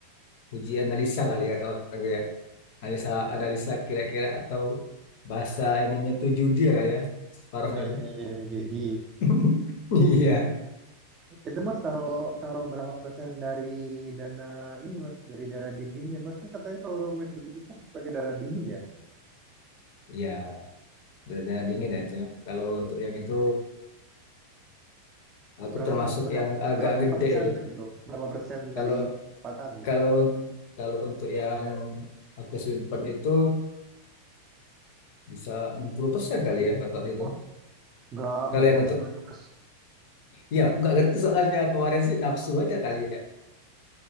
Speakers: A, on the left; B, on the right.
A: uji analisa kali ya kata orang gue analisa analisa kira-kira atau bahasa ininya tuh judi ya kali ya paruhnya
B: Oh,
A: itu
B: iya, iya. Jadi
A: <laughs> iya
B: itu mas taruh taruh berapa persen dari dana ini mas? Dari dana dinginnya mas kan katanya kalau main begitu tuh harus pakai dana dingin ya?
A: iya dada dingin ya itu ya kalau untuk yang itu aku
B: Berapa
A: termasuk
B: per- berapa,
A: yang agak
B: berapa
A: gede
B: persen
A: itu
B: gitu? Berapa persen
A: kalau
B: dari pendapatan gitu?
A: kalau kalau untuk yang aku simpan itu bisa 60% kali ya bakal itu
B: Oh, nggak
A: kalau
B: nggak kebanyakan
A: yang untuk
B: tuh mas.
A: ya aku nggak ngerti soalnya kemarin sih nafsu aja kali ya